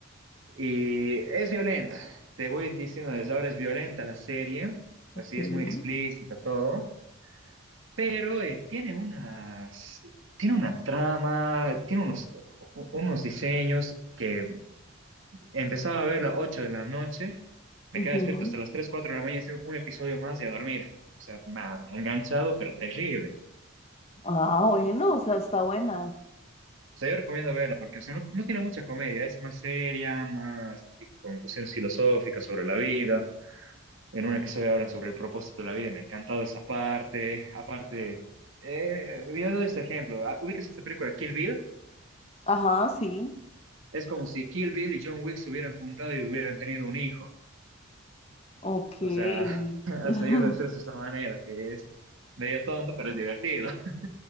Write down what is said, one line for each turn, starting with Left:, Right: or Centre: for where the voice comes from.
Right: Y es violenta, te voy diciendo desde ahora es violenta la serie,
Left: ok.
Right: así es muy explícita todo, pero eh, tiene unas, tiene una trama, tiene unos, u- unos diseños que Empezaba a verla a 8 de la noche, me
Left: ujú.
Right: quedaba despierto hasta las 3 4 de la mañana, hice un episodio más y a dormir. O sea, ma- enganchado, pero terrible.
Left: Ah, bueno, o sea, está buena.
Right: O sea, yo recomiendo verla porque, o sea, no, no tiene mucha comedia, es más seria, más así, con cuestiones filosóficas sobre la vida. En un episodio hablan sobre el propósito de la vida, me ha encantado esa parte. Aparte, eh, yo doy este ejemplo, Ah, ubicas esta película Kill Bill,
Left: Ajá, sí.
Right: es como si Kill Bill y John Wick se hubieran juntado y hubieran tenido un hijo.
Left: Ok.
Right: O sea, <laughs> hasta
Left: <laughs>
Right: yo lo expreso de esta manera, que es medio tonto, pero es divertido. <laughs>